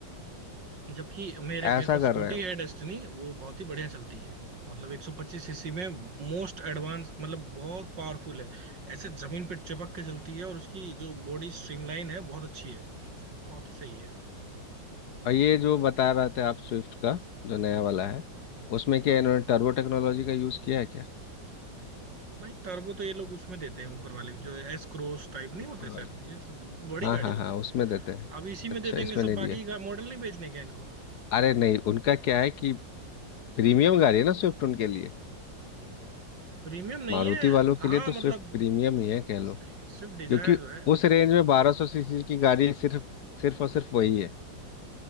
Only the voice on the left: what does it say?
ऐसा
कर
रहे हैं
और ये जो बता रहे थे आप स्विफ्ट का जो नया
वाला है
उसमें क्या इन्होंने टर्बो टेक्नोलॉजी का यूज़ किया है क्या
ऊपर
वाले
हाँ
हाँ
हाँ
उसमें
देते हैं
अच्छा
इसमें
नहीं
दिया
अरे नहीं उनका क्या है कि प्रीमियम गाड़ी है ना स्विफ्ट उनके लिए
मारुति
वालों के लिए
तो
स्विफ्ट प्रीमियम ही है कह लो
क्योंकि
उस रेंज में बारह सौ सीसी की गाड़ी सिर्फ सिर्फ और सिर्फ वही है